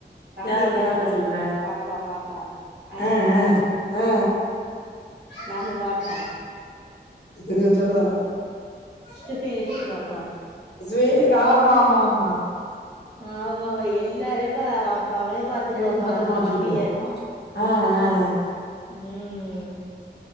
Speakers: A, on the right; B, on the left.
A: தம்பிய
B: யாரு
A: பாத்துக்கறால
B: யாரு சொல்ற
A: பாப்பா பாப்பா அன்னு
B: ஆ ஆ ஆ
A: நாம பாபோ
B: இது சொல்லவல
A: சேரிபாப்பா
B: ஸ்வே ஆமா ஆமா ஆமா
A: ஆமா எல்லாரையு அவ அவளே பாத்துக்குவாப்பா
B: எடுத்து பத்திரமா வச்சுட்டு
A: தம்பிய
B: போ ஆ ஆ ஆ
A: ம்